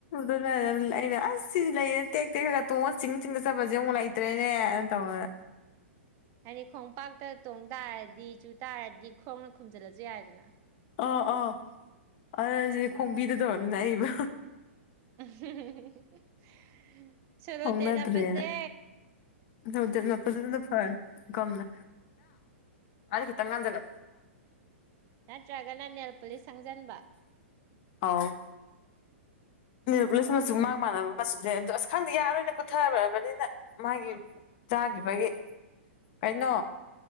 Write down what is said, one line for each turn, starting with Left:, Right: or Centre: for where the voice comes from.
Left: ꯑꯗꯨꯅ ꯑꯗꯨ ꯂꯩꯩꯅ ꯑꯁ ꯁꯤꯗꯤ ꯂꯩꯌꯦꯅ ꯇꯦꯛ ꯇꯦꯛ ꯈꯒ ꯇꯣꯡꯉꯒ ꯆꯤꯡ ꯆꯤꯡꯉ ꯆꯠꯄꯁꯦ ꯑꯃꯨꯛ ꯂꯩꯇ꯭ꯔꯦꯅꯦꯅ ꯇꯧꯕꯗ
Right: ꯍꯥꯏꯗꯤ ꯈꯣꯡꯄꯥꯛꯇ ꯇꯣꯡ ꯇꯥꯔꯗꯤ ꯆꯨ ꯇꯥꯔꯗꯤ ꯈꯣꯡꯅ ꯈꯨꯝꯖꯤꯜꯂꯁꯨ ꯌꯥꯏꯗꯅ
Left: ꯑꯥ ꯑꯥ ꯑꯗꯨ ꯁꯤ ꯈꯣꯡꯕꯤꯗ ꯇꯧꯔꯝꯅ ꯑꯩꯕ
Right: <unintelligible>
Left: ꯍꯅꯗ꯭ꯔꯔꯤ
Right: ꯇꯦꯠ ꯍꯥꯞꯄꯁꯦ
Left: ꯍꯧꯖꯤꯠꯅꯄꯗꯨꯗꯨꯅ ꯐꯔꯅꯤꯅ ꯑꯗ ꯇꯪꯥꯟꯗꯂꯥꯛ
Right: ꯅꯠꯇ꯭ꯔꯒꯅ ꯅꯦꯜ ꯄꯨꯂꯤ ꯁꯪꯖꯟꯕ
Left: ꯍꯥꯎ ꯄꯨꯂꯤꯁ ꯃꯆꯨ ꯃꯥꯥꯡ ꯃꯥꯟꯅꯕ ꯃꯆꯨꯗꯦ ꯑꯗꯣ ꯑꯁ ꯈꯪꯗ ꯌꯥꯔꯣꯏꯅ ꯀꯨꯊꯔꯔꯕꯅꯤꯅ ꯃꯥꯒꯤ ꯆꯥꯈꯤꯕꯒꯤ ꯀꯩꯅꯣ